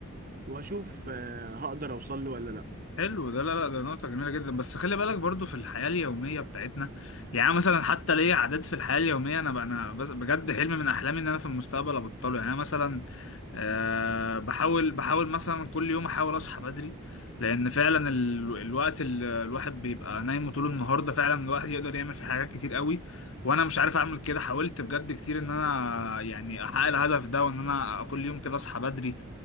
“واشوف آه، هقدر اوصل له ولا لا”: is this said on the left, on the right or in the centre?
Right